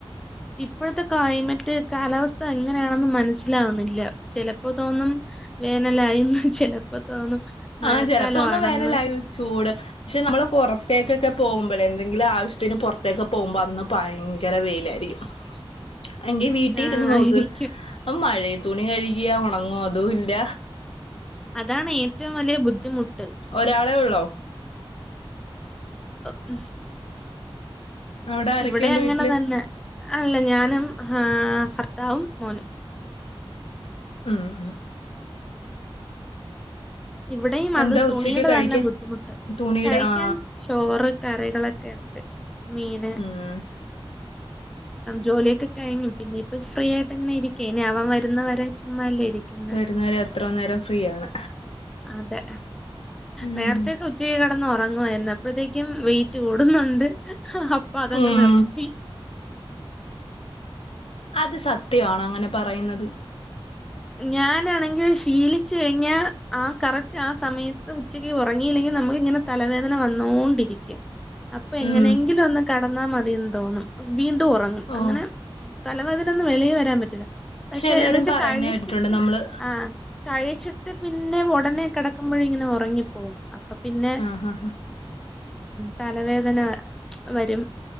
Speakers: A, in the centre; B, on the left.
A: ഇപ്പോഴത്തെ ക്ലൈമറ്റ് കാലാവസ്ഥ എങ്ങനെയാണെന്ന് മനസ്സിലാവുന്നില്ല ചിലപ്പോ തോന്നും വേനലായിന്ന് ചിലപ്പോ തോന്നും മഴക്കാലം
B: ആ ചിലപ്പോന്നും
A: ആണെന്ന്
B: വേനലായിന്ന് ചൂട് പക്ഷെ നമ്മള് പുറത്തേക്കൊക്കെ പോകുമ്പോഴേ എന്തെങ്കിലും ആവശ്യത്തിന് പുറത്തേക്കെ പോകുമ്പോ അന്ന് ഭയങ്കര വെയിൽ <unintelligible> എങ്കി വീട്ടിഇരുന്ന്
A: ആ
B: നോക്ക്
A: ആയിരിക്കും
B: മഴേം തുണി കഴിക്കിയ ഉണങ്ങോ അതും ഇല്ല
A: അതാണ് ഏറ്റവും വലിയ ബുദ്ധിമുട്ട്
B: ഒരാളെ ഉള്ളോ?
A: ഉം
B: അവിടെ ആരൊക്കെയുണ്ട്
A: ഇവിടെ അങ്ങനെ
B: വീട്ടില്
A: തന്നെ അല്ല ഞാനും ആ ഭർത്താവും മോനും
B: ഉം
A: ഇവിടെയും അത്
B: എന്താ
A: തുണിയുടെ
B: ഉച്ചക്ക് കഴിക്കാൻ
A: തന്നെ ബുദ്ധിമുട്ട്
B: തുണിയുടെ
A: കഴിക്കാൻ
B: ആ
A: ചോറ് കറികളോക്കെ കേണ്ട് മീന്
B: ഉം
A: ജോലിയക്കെ കഴിഞ്ഞു പിന്നെപ്പപ്പോ ഫ്രീ ആയിട്ട്ങ്ങനെ ഇരിക്കേ അവൻ വരുന്നവരെ ചുമ്മാല്ലേ ഇരിക്കുന്ന
B: വരുന്നവരെ എത്ര നേരം ഫ്രീ ആണ്
A: അതെ
B: ഉം
A: നേരത്തക്കെ ഉച്ചക്ക് കിടന്ന ഒറ ഉറങ്ങുവായ്രുന്ന് അപ്പഴത്തേക്കും വെയിറ്റ് കൂടുന്നുണ്ട് അപ്പൊ അതങ്ങ്
B: ഉം
A: നിർത്തി
B: അത് സത്യവാണോ അങ്ങനെ പറയുന്നത്?
A: ഞാനാണെങ്കിൽ ശീലിച്ചു കഴിഞ്ഞാൽ ആ കറക്റ്റ് ആ സമയത്ത് ഉച്ചക്ക് ഉറങ്ങിയില്ലെങ്കിൽ നമുക്ക് ഇങ്ങനെ തലവേദന വന്നോണ്ടിരിക്കും അപ്പൊ എങ്ങനെയെങ്കിലും
B: ഉം
A: ഒന്ന് കടന്നാ മതിന്ന് തോന്നും വീണ്ടും ഉറങ്ങും
B: ഓ
A: അങ്ങനെ തലവേദനന്നും വെളി വരാൻ പറ്റൂല്ല പക്ഷെ
B: എല്ലാരും
A: എന്ന്വച്ച്
B: പറയുന്ന
A: കഴി
B: കേട്ടിട്ടുണ്ട്
A: <unintelligible>
B: നമ്മള്
A: ആ കഴിച്ചിട്ട് പിന്നെ ഉടനെ കിടക്കുമ്പോഴെ ഇങ്ങനെ ഉറങ്ങിപ്പോവും പിന്നെ
B: ആ ആ
A: തലവേദന വരും